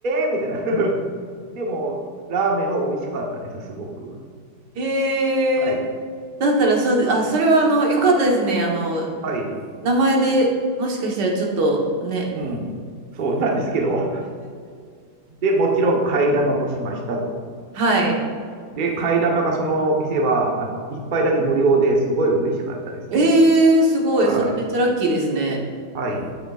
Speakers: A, on the right (about 40°); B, on the right (about 65°).
A: えー、みたいな。<laughs> でも、ラーメンは美味しかったです、すごく。
B: へえ。
A: はい。
B: だったらそうで、あ、それはあの、よかったですね。あの、
A: はい。
B: 名前でもしかしたらちょっとね。
A: うん。そうなんですけど。で、もちろん替え玉もしましたと。
B: はい。
A: で、替え玉がその店は、あの、一杯だけ無料ですごい嬉しかったですね。
B: ええ、すごい。
A: はい。
B: それめっちゃラッキーですね。
A: はい。